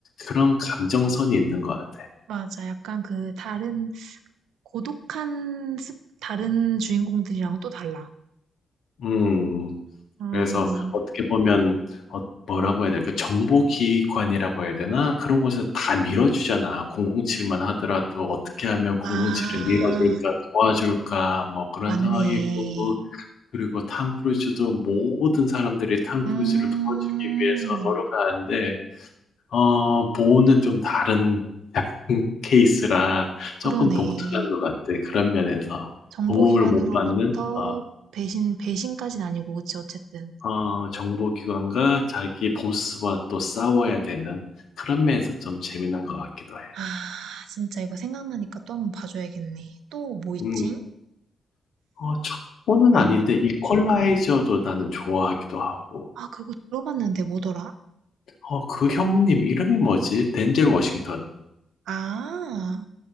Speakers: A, on the left; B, on the right.
A: 그런 감정선이 있는 것 같아.
B: 맞아. 약간 그 다른 고독한 습, 다른 주인공들이랑 또 달라.
A: 음,
B: 음,
A: 그래서 어떻게 보면, 어, 뭐라고 해야 될까? 정보기관이라고 해야 되나? 그런 곳에서 다 밀어주잖아. 007만 하더라도 어떻게 하면 007을
B: 아,
A: 밀어줄까, 도와줄까, 뭐 그런
B: 맞네.
A: 상황이고. 그리고 탐 크루즈도 모든 사람들이 탐
B: 음,
A: 크루즈를 도와주기 위해서 노력하는데 어, 보호는 좀 다른 <laughs> 케이스라 조금
B: 그러네.
A: 독특한 것 같아. 그런 면에서
B: 정보기관으로부터
A: 도움을 못 받는 어,
B: 배신, 배신까진 아니고, 그치, 어쨌든.
A: 어, 정보기관과 자기 보스와 또 싸워야 되는 그런 면에서 좀 재미난 것 같기도 해.
B: 아, 진짜 이거 생각나니까 또 한 번 봐줘야겠네. 또 뭐 있지?
A: 음, 어, 첩보는
B: 음,
A: 아닌데 이퀄라이저도 나는 좋아하기도 하고.
B: 아, 그거 들어봤는데 뭐더라?
A: 어, 그 형님 이름이 뭐지? 덴젤 워싱턴.
B: 아,